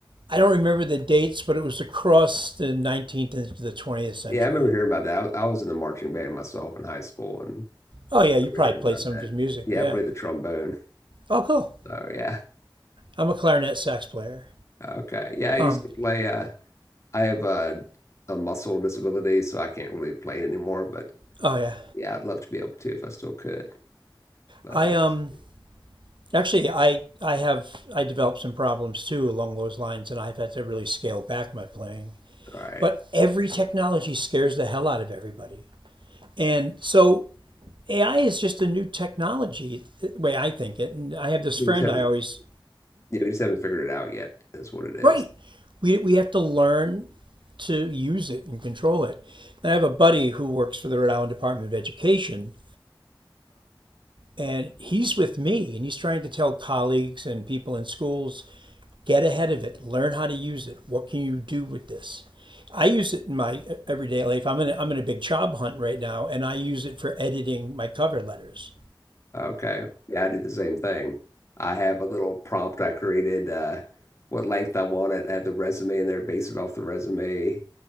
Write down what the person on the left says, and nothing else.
Yeah, I remember hearing about that. I, was- I was in the marching band myself in high school, and
I remember
hearing about
that.
Yeah,
I played the trombone.
Oh yeah.
Okay. Yeah, I used
to play. Uh, I have uh, a muscle disability, so I can't really play it anymore. But
yeah, I'd love to be able to if I still could. But
I
just
all right.
We
just haven't.
Yeah, we just haven't figured it out yet. Is what it is.
Okay. Yeah, I do the same thing. I have a little prompt I created, uh, what length I want it. I have the resume in there, base it off the resume.